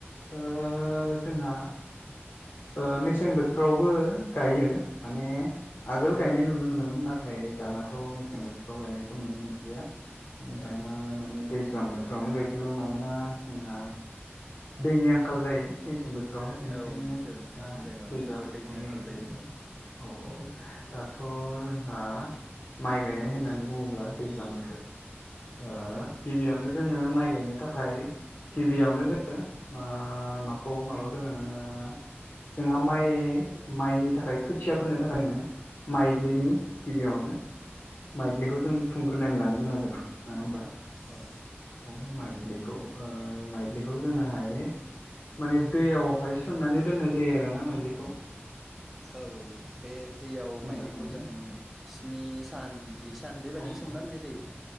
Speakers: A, on the left; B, in the centre.
A: ओ जोंहा ओ मेसें बोथोरावबो गायो माने आगोल गायनाय नुनो मोनोमोन नाथाय ओमफ्राय दानाथ' मेसें
B: औ
A: बोथोराव गायनायखौ नुनो मोनलिया
B: उम
A: दाना माने दैज्लां बोथोर बोथोरावनो गायजोबो मानोना जोंहा दैनि आंखाल जायो मेसें बोथोर बोसोरफ्रावहाय बेनिखायनो
B: औ जो जोंनि
A: दा
B: जायगायाव
A: दैज्लां
B: जोबोद
A: बोथोराव
B: दैनि आंखाल
A: गायनाय
B: जायो
A: जायोऔ
B: औ
A: औ दाथ' जोंहा माइ गायनाय होननानै बुङोब्ला दैज्लां बोथोर ओ
B: औ
A: गिबियावनो जोंङो माइ गायनो थाखाय गिबियावनो जोंङो मा माखौ माबाग्रोनांगोन जोंहा माइ माइनि थाखाय खोथिया फोनो थाखाय नोंङो माइ माइलिनि गिबियावनो माइलिखौ जों बुथुमग्रोनानै लानो गोनां जागोन नङा होमबा
B: औ
A: अ माइग्लिलिखौ माइग्लिलिखौ जोङोहाय माने दैयावहाय सोमनानै दोननाय जायो आरोना मैलिखौ
B: औ औ बे दैयाव माइलिखौ
A: थाखाय
B: जों स्नि सान जि सान बेबायदि
A: औ
B: स सना
A: औ
B: होननाय जायो